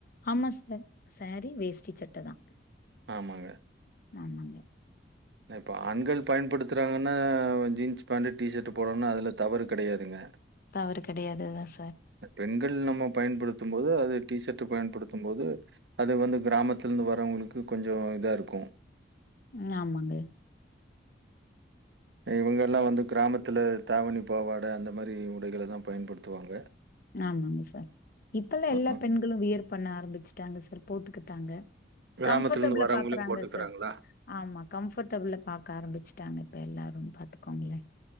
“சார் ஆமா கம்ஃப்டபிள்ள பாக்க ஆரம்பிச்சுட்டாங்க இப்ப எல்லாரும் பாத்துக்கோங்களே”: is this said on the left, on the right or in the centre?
Left